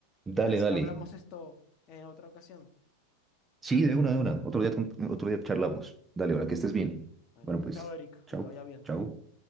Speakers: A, on the left; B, on the right.
A: ¿Qué
B: Dale,
A: tal si
B: dale.
A: hablamos esto en otra ocasión?
B: Sí, de una, de una. Otro día, con- otro día charlamos. Dale, ahora
A: Ok,
B: que estés bien.
A: bueno,
B: Bueno, pues,
A: chao, Eric,
B: chao,
A: que te vaya bien.
B: chao.